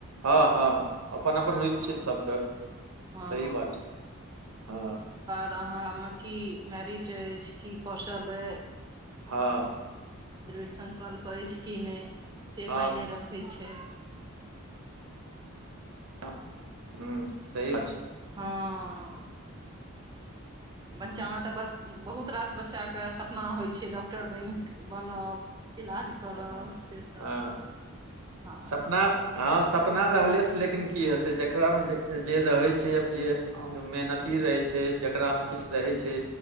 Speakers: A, on the right (about 85°); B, on the right (about 20°).
A: हाँ हाँ, अपन अपन
B: हँ
A: रुइच छै सब कऽ।
B: हँ
A: सही बात छै। हाँ
B: अहाँ म कि मेरिट अईछ, की कौशल ए
A: हाँ
B: दृढ़ संकल्प अईछ कि नै से
A: हँ
B: मायने रखै छै।
A: ह हम्म सही बात छै।
B: हँऽ बच्चा
A: ह
B: म तऽ बड़ बहुत रास बच्चा क सपना होइ छै, डॉक्टर बैन बनब इलाज करब
A: हँ
B: से सब
A: हँ
B: हँ
A: सपना हँ सपना रहलेसँ लेकिन कि हेतै, जकरामे जे जे रहै छै आब जे हां जो मेहनती रहै छै, जकरामे किछु रहै छै,